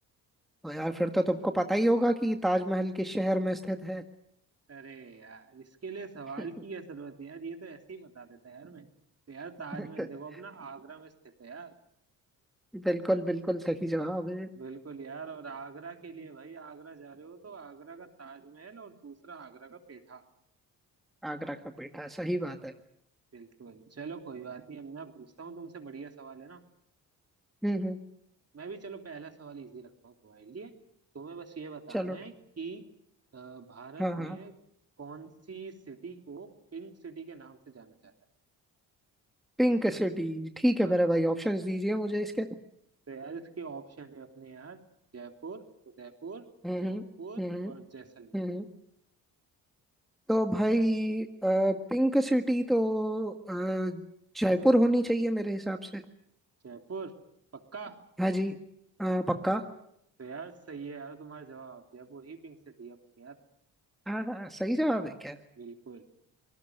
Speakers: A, in the centre; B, on the right.
A: तो यार फिर तो तुमको पता ही होगा कि ताजमहल किस शहर में स्थित
B: अरे यार इसके लिए सवाल
A: है
B: की क्या जरूरत है यार ये तो ऐसे ही बता देता है यार मैं तो यार ताजमहल
A: <laughs>
B: देखो अपना आगरा में स्थित है यार
A: बिल्कुल बिल्कुल सही जवाब है
B: बिल्कुल यार और आगरा के लिए भाई आगरा जा रहे हो तो आगरा का ताजमहल और दूसरा आगरा का पेठा
A: आगरा का पेठा सही बात है
B: बिल्कुल चलो कोई बात नहीं अब मैं पूछता हूँ तुमसे बढ़िया सवाल है ना
A: हम्म हम्म
B: मैं भी चलो पहला सवाल इजी रखता हूँ तुम्हारे लिए तुम्हें बस ये बताना
A: चलो
B: है
A: ठी-
B: कि अ, भारत
A: हाँ
B: में
A: हाँ
B: कौन सी सिटी को पिंक सिटी के नाम से जाना जाता
A: Pink city ठीक
B: है
A: है
B: हाँ
A: मेरे भाई ऑप्शंस दीजिए मुझे इसके
B: तो यार इसके ऑप्शन है अपने यार जयपुर उदयपुर
A: हम्म
B: जोधपुर
A: हम्म हम्म हम्म।
B: और जैसलमेर
A: हम्म, हम्म, तो भाई पिंक सिटी तो अ, जयपुर होनी चाहिए मेरे हिसाब से
B: जयपुर पक्का
A: हाँ जी अ, पक्का
B: तो यार सही है यार तुम्हारा जवाब जयपुर ही पिंक सिटी है अपनी यार
A: हाँ हाँ सही जवाब है क्या
B: बिल्कुल